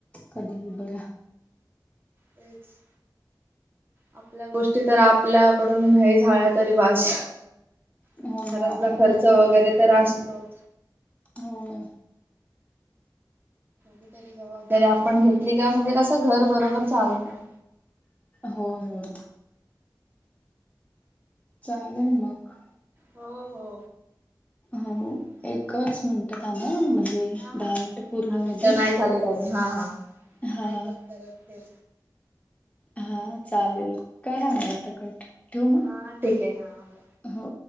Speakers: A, on the left (about 20°); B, on the right (about 30°).
A: कधी ही बरा.
B: तेच आपल्या गोष्टी तर आपल्याकडून हे झाळा तरी बास.
A: हो
B: आणि
A: ना
B: घरातला
A: आपला
B: खर्च वगैरे तर असतोच.
A: हों.
B: <inaudible> तरी जबाबदारी आपण घेतली का म्हणजे कसं घर बरोबर चालतं.
A: होय होय. चांदण मग
B: हो हो.
A: हो
B: चालेल ठीक
A: एकच
B: आहे.
A: मिनटं थांबा म्हणजे
B: हा हा
A: दहा मिनटं पूर्ण
B: दहा
A: होऊ
B: मिनटं
A: दे
B: नाही झालीत अजून हा हा
A: हा.
B: नाही कट करत ठेव
A: हा चालेल करा मग आता कट ठेवू मग
B: हा ठीक आहे हा. बर
A: हो.